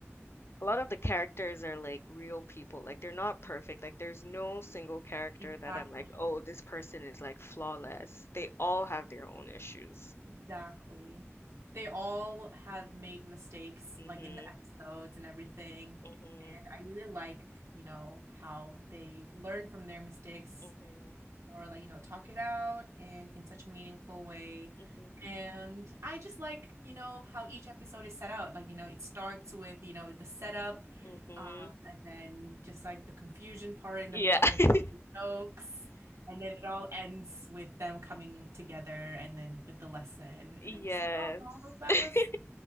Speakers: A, on the left (about 60°); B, on the right (about 80°).
A: a lot of the characters are like real people. Like they're not perfect. Like there's no single character
B: exactly.
A: that I'm like, oh, this person is like flawless. They all have their own issues.
B: Exactly. They all have made mistakes,
A: Mhm.
B: like in the episodes and everything.
A: Mhm.
B: And I really like, you know, how they learn from their mistakes
A: Mhm.
B: or like, you know, talk it out and in such a meaningful way.
A: Mhm.
B: And I just like, you know, how each episode is set out. Like, you know, it starts with, you know, the setup,
A: Mhm.
B: um, and then just like the confusion part in
A: Yeah.
B: the middle and
A: <laughs>
B: jokes. And then it all ends with them coming together and then with the lesson.
A: Yes.
B: And I'm just like, oh, that
A: <laughs>
B: was